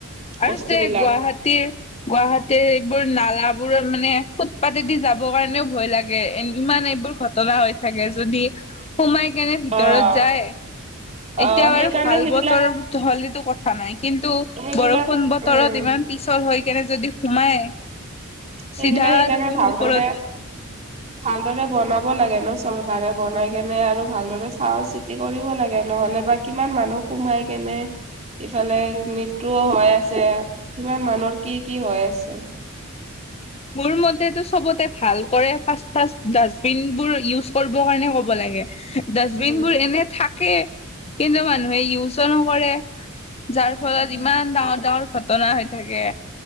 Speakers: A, on the left (about 30°); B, on the right (about 30°).
A: আৰু
B: বস্তুবিলাক
A: যে গুৱাহাটীৰ গুৱাহাটীৰ এইবোৰ নালা। বোৰ মানে ফুটপাতেদি যাবৰ কাৰণেও ভয় লাগে এ ইমান এইবোৰ ঘটনা হৈ থাকে যদি। সোমাই কেনে ভিতৰত
B: অ'
A: যায়। এতিয়া
B: অ'
A: বাৰু
B: সেইকাৰণে
A: ভাল
B: সেইবিলাক
A: বতৰ হ'লেতো কথা নাই কিন্তু
B: সেইবিলাক
A: বৰষুণ বতৰত
B: উম,
A: ইমান। পিছল হৈ কেনে যদি সোমাই-
B: সেইবিলাক
A: চিধা
B: সেইকাৰণে
A: দেখোন
B: ভালদৰে-
A: ওপৰত
B: ভালদৰে বনাব লাগে ন চৰকাৰে বনাই কেনে আৰু ভালদৰে চাই চিতি কৰিব লাগে- নহলে বা কিমান মানুহ সোমাই কেনে- ইফালে মৃত্যুও হৈ আছে কিমান মানুহৰ কি কি হৈ আছে
A: মোৰ মতেতটো চবতে ভাল কৰে ফাচ ফাচ ডাষ্টবিন বোৰ ইজ কৰিব কাৰণে ক'ব লাগ গে ডাষ্টবিন
B: উম,
A: বোৰ এনে থাকে কিন্তু মানুহে ইউজো নকৰে যাৰ ফলত
B: উম।
A: ইমান ডাঙৰ ডাঙৰ ঘটনা হৈ থাকে